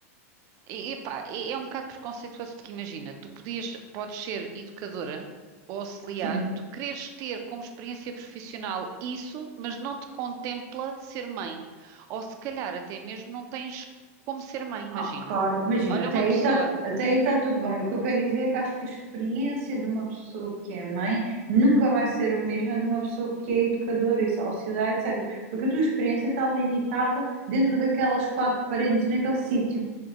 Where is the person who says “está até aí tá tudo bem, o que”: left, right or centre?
Right